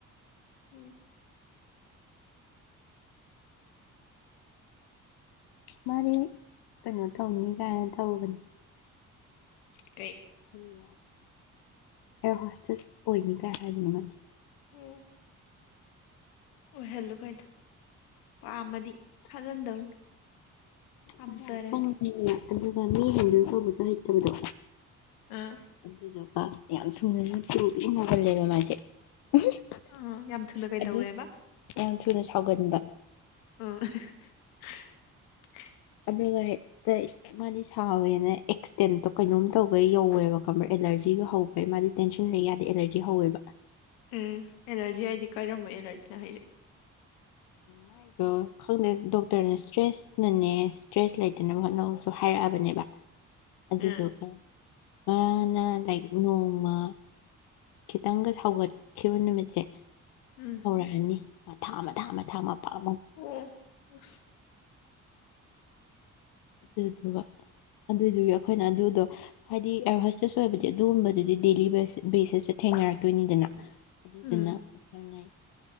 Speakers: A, on the left; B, on the left.
A: ꯎꯝ
B: ꯃꯥꯗꯤ ꯀꯩꯅꯣ ꯇꯧꯅꯤ ꯀꯥꯏꯅ ꯇꯧꯕꯅꯦ
A: ꯀꯩ
B: ꯑꯦꯌꯔ ꯍꯣꯁꯇꯦꯁ ꯑꯣꯏꯅꯤ ꯀꯥꯏ ꯍꯥꯏꯕꯅ ꯃꯥꯗꯤ
A: ꯎꯝ ꯑꯣꯏꯍꯜꯂꯨ ꯀꯩꯏꯅꯣ ꯄꯥꯝꯃꯗꯤ ꯊꯥꯖꯟꯗꯧꯅꯤ ꯄꯥꯝꯖꯔꯗꯤ
B: ꯃꯥꯗꯤ ꯌꯥꯝ ꯄꯪꯉꯦ ꯑꯗꯨꯒ ꯃꯤ ꯍꯦꯟꯗꯜ ꯇꯧꯕꯁꯨ ꯍꯩꯇꯕꯗꯣ
A: ꯑꯥ
B: ꯑꯗꯨꯗꯨꯒ ꯌꯥꯝ ꯊꯨꯅꯁꯨ ꯇꯨꯅꯒꯜꯂꯦꯕ ꯃꯥꯁꯦ <unintelligible>
A: ꯑꯥ ꯌꯥꯝ ꯊꯨꯅ ꯀꯩꯗꯧꯋꯦꯕ
B: ꯑꯗꯨ ꯌꯥꯝ ꯊꯨꯅ ꯁꯥꯎꯒꯟꯕ
A: ꯎꯝ <unintelligible>
B: ꯑꯗꯨꯒ ꯍꯦꯛꯇ ꯃꯥꯗꯤ ꯁꯥꯎꯋꯦꯅ ꯑꯦꯛꯁꯇꯦꯟꯇꯣ ꯀꯩꯅꯣꯝ ꯇꯧꯒ ꯌꯧꯋꯦꯕ ꯈꯪꯕ꯭ꯔ ꯑꯦꯂꯔꯖꯤꯒ ꯍꯧ ꯗꯩ ꯃꯥꯗꯤ ꯇꯦꯟꯁꯟ ꯂꯩ ꯌꯥꯗꯦ ꯑꯦꯂꯔꯖꯤ ꯍꯧꯋꯦꯕ
A: ꯎꯝ ꯑꯦꯂꯔꯖꯤ ꯍꯥꯏꯗꯤ ꯀꯔꯝꯕ ꯑꯦꯂꯔꯖꯤꯅꯣ ꯍꯥꯏꯖꯦ
B: ꯃꯥꯏꯗꯣ ꯈꯪꯗꯦ ꯗꯣꯛꯇꯔꯅ ꯏꯁꯇ꯭ꯔꯦꯁꯅꯅꯦ ꯁꯇ꯭ꯔꯦꯁ ꯂꯩꯇꯅꯕ ꯍꯣꯠꯅꯧꯁꯨ ꯍꯥꯏꯔꯛꯑꯕꯅꯦꯕ ꯑꯗꯨꯗꯣꯒꯤ
A: ꯑꯥ
B: ꯃꯥꯅ ꯂꯥꯛꯏ ꯅꯣꯡꯃ ꯈꯤꯇꯪꯒ ꯁꯥꯎꯒꯠꯈꯤꯕ ꯅꯨꯃꯤꯠꯁꯦ
A: ꯎꯝ
B: ꯍꯧꯔꯛꯑꯅꯤ ꯃꯊꯥ ꯃꯊꯥ ꯃꯊꯥ ꯃꯄꯥ
A: ꯎꯝ <unintelligible>
B: ꯑꯗꯨꯗꯨꯒ ꯑꯗꯨꯏꯗꯨꯒꯤ ꯑꯩꯈꯣꯏꯅ ꯑꯗꯨꯗꯣ ꯍꯥꯏꯗꯤ ꯑꯦꯔꯚꯁꯇꯦꯁ ꯑꯣꯏꯕꯗꯤ ꯑꯗꯨꯒꯨꯝꯕꯗꯨꯗꯤ ꯗꯦꯂꯤ ꯕꯦꯁꯤꯁꯇ ꯊꯦꯡꯅꯔꯛꯇꯣꯏꯅꯤꯗꯅ ꯑꯗꯨꯗꯨꯅ
A: ꯎꯝ
B: ꯑꯩꯈꯣꯏꯅ